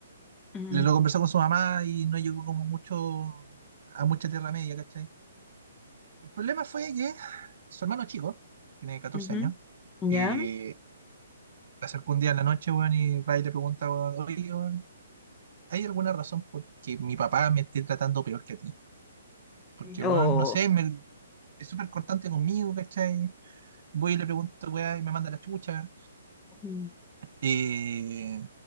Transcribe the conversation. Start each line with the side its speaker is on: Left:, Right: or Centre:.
Left: mm,
Right: Le lo conversó con su mamá y no llegó como mucho a mucha tierra media, ¿cachai? El problema fue que su hermano chico, tiene 14
Left: ujú.
Right: años,
Left: ¿Ya?
Right: eh, se acercó un día en la noche, weón, y va y le pregunta, weón, oye, weón, ¿hay alguna razón por que mi papá me esté tratando peor que a ti? Porque,
Left: Oh.
Right: weón, no sé, me, es súper cortante conmigo, ¿cachai? Voy y le pregunto, weá, y me manda la chucha.
Left: mm,
Right: Eh,